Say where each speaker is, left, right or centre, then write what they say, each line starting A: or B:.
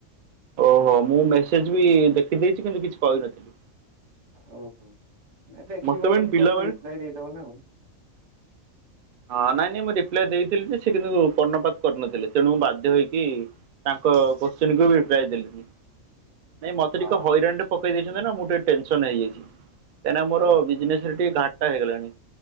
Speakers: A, on the right; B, on the right.
A: ଓହୋ ମୁଁ ମେସେଜ୍ ବି ଦେଖିଦେଇଛି କିନ୍ତୁ କିଛି କହିନଥିଲି।
B: ଆଉ କଣ ନାଇଁ ଦେଖିବ
A: ମତେ ମେନ୍
B: ଯଦି
A: ପିଲାମାନେ
B: କଣ କହିବି ରିପ୍ଲାଏ ଦେଇଦବ ନାଉ।
A: ହଁ ନାଇଁ ନାଇଁ ମୁଁ ରିପ୍ଲାଏ ଦେଇଥିଲି ଯେ ସେ କିନ୍ତୁ କର୍ଣ୍ଣପାତ କରିନଥିଲେ ତେଣୁ ମୁଁ ବାଧ୍ୟ ହୋଇକି ତାଙ୍କ କୋଶ୍ଚିନକୁ ବି ରିପ୍ଲାଏ ଦେଲିଣିି। ନାଇଁ ମତେ ଟିକେ
B: ଅହୋ
A: ହଇରାଣରେ ପକେଇ ଦେଇଛନ୍ତି ନା ମୁଁ ଟିକେ ଟେନସନ୍ ହେଇଯାଇଛି, କାଇଁନା ମୋର
B: ଓହୋ
A: ବିଜନେସ୍ ସେ ଟିକେ ଘାଟା ହେଇଗଲାଣି,